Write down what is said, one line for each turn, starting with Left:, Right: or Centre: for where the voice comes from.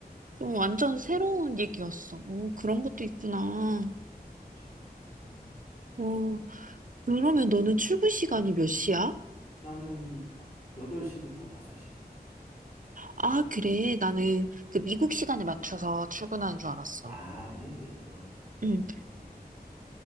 Right: 어, 완전 새로운 얘기였어. 어, 그런 것도 있구나.
Left: 그렇지. 음.
Right: 어, 그러면 너는 출근 시간이 몇 시야?
Left: 나는 8시부터 5시.
Right: 아, 그래. 나는 그 미국 시간에 맞춰서 출근하는 줄 알았어.
Left: 아, 아니지. 어,
Right: 음,
Left: 여기.